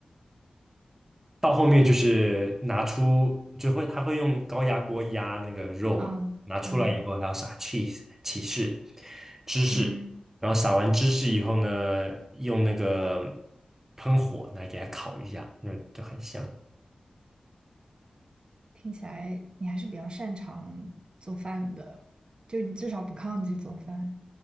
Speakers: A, on the right; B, on the right.
A: 到后面就是拿出，就会他会用高压锅压那个肉嘛，
B: 啊？<laughs> 啊，
A: 拿出来以后还要撒
B: 对，
A: cheese 起士芝士，
B: 嗯，
A: 然后撒完芝士以后呢，用那个喷火来给它烤一下，那就很香。
B: 听起来你还是比较擅长做饭的，就你至少不抗拒做饭。